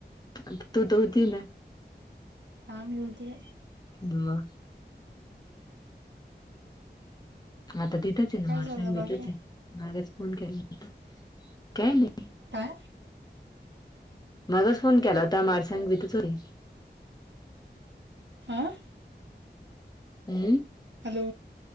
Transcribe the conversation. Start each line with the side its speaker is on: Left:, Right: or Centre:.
Left: पण तू तर होती ना.
Right: हा मी होते.
Left: दिवा आता तिथच हाय ना,
Right: काय
Left: मडसांग
Right: झालं बाकी
Left: तिथच हाय मागच फोन केलाता काय नाही?
Right: काय
Left: मगच फोन केला होता माडसांग इथच होते.
Right: हं.
Left: हम्म.
Right: हॅलो